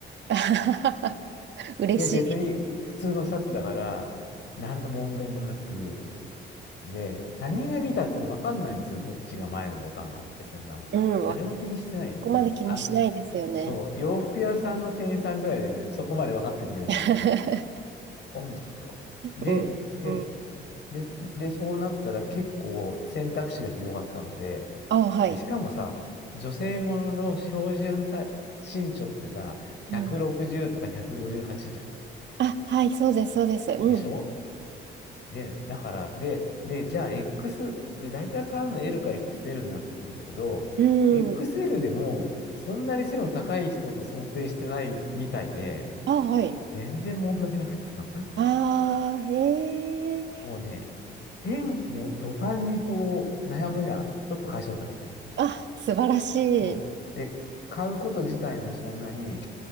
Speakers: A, on the right; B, on the left.
A: <laughs> 嬉し
B: で、別に普通のシャツだから、何の問題もなく、で、他人が見たって分かんないんですよ。どっちが前のボタンなんて、そんなのさ。
A: い。うん。
B: 誰も気にしてない。
A: わここまで気にしないですよね。
B: うん。あの、そう、洋服屋さんの店員さんぐらいだよね。そこまで分かってくれるの。
A: <laughs>
B: そうなんですよ。で、
A: うん。
B: で、
A: うん。
B: で、で、そうなったら結構選択肢が広がったので、
A: あ、はい。
B: で、しかもさ、女性ものの標準体身長ってさ、160とか158じゅうはちじゃん。
A: うん。あ、はい、そうです、そうです。うん。
B: でしょで、だから、で、で、じゃあ X、で、大体買うの L か XL になってくんだけど、
A: う
B: XL
A: ん。
B: でも、そんなに背の高い人と想定してないみたいで、
A: あ、はい。
B: 全然問題なくてさ、<laughs>
A: ああ、へえ。
B: もうね、天、もう途端にこう、悩みがちょっと解消されてる。
A: あ、素晴らしい。
B: そう。で、買うこと自体もそんなに